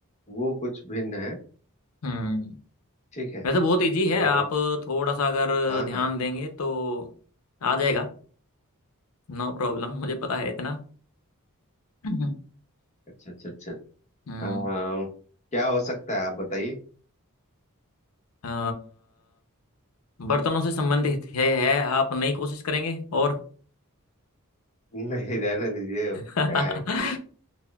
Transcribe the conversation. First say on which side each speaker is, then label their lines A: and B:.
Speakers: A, on the left; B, on the left.
A: वो कुछ भिन्न है
B: हम्म हम्म।
A: ठीक है
B: वैसे बहुत इजी
A: तो
B: है आप थोड़ा सा अगर
A: हाँ
B: ध्यान
A: हाँ
B: देंगे तो आ जाएगा नो प्रॉब्लम मुझे पता है इतना हम्म
A: अच्छा अच्छा अच्छा अम,
B: हम्म,
A: क्या हो सकता है आप बताइए
B: आ, बर्तनों से संबंधित है है आप नई कोशिश करेंगे और
A: नहीं रहने दीजिए क्या
B: <laughs>
A: है कि